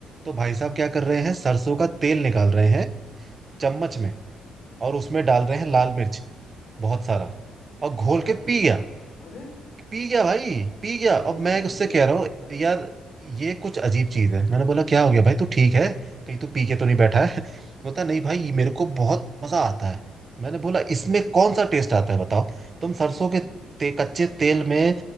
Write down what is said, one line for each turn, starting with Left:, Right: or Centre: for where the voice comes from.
Right: तो भाई साहब क्या कर रहे हैं सरसों का तेल निकाल रहे हैं चम्मच में और उसमें
Left: हम्म।
Right: डाल रहे हैं लाल मिर्च बहुत सारा और घोल
Left: क्या करने
Right: के पी
Left: के
Right: गया
Left: लिए अरे
Right: पी गया भाई पी गया
Left: भाई
Right: अब
Left: साहब
Right: मैं उससे
Left: ये
Right: कह
Left: कौन
Right: रहा
Left: करता
Right: हूँ
Left: है
Right: यार ये कुछ अजीब चीज है मैंने बोला क्या हो गया भाई तू ठीक है कहीं तू पी के तो नहीं बैठा है <laughs> बोलता नहीं भाई मेरे को बहुत मजा आता है मैंने बोला इसमें कौन सा टेस्ट आता है बताओ तुम सरसों के ते, कच्चे तेल में